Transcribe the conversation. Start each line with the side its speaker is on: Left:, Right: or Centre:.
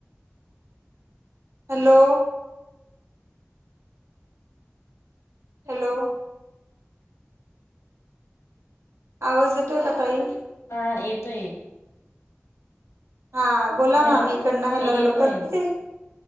Right: हॅलो. हॅलो. आवाज येतोय का ताई?
Left: हा येतोय.
Right: हा बोला
Left: हॅलो
Right: ना मी इकडणं हॅलो
Left: येतोय
Right: हॅलो करते